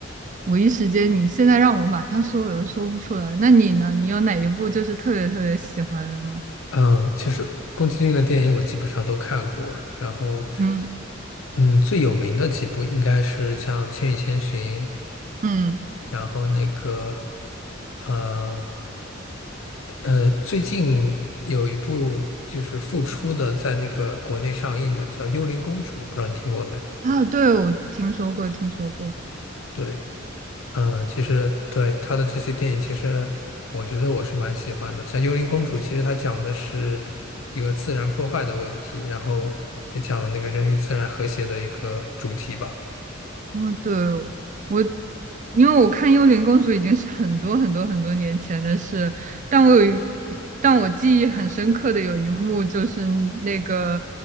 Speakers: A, on the right; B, on the left.
A: 我一时间你现在让我马上说，我又说不出来。那你呢？你有哪一部就是特别特别喜欢的吗？
B: 嗯，其实宫崎骏的电影我基本上都看过，然后，
A: 嗯
B: 嗯，最有名的几部应该是像《千与千寻》，
A: 嗯
B: 然后那个，呃呃，最近有一部就是复出的，在那个国内上映的叫《幽灵公主》，不知道你听过没？
A: 啊，对，我听说过，听说过。
B: 对，嗯，其实对他的这些电影，其实我觉得我是蛮喜欢的。像《幽灵公主》，其实它讲的是一个自然破坏的问题，然后也讲了那个人与自然和谐的一个主题吧。
A: 嗯，对，我，因为我看《幽灵公主》已经是很多很多很多年前的事，但我有一，但我记忆很深刻的有一幕，就是那个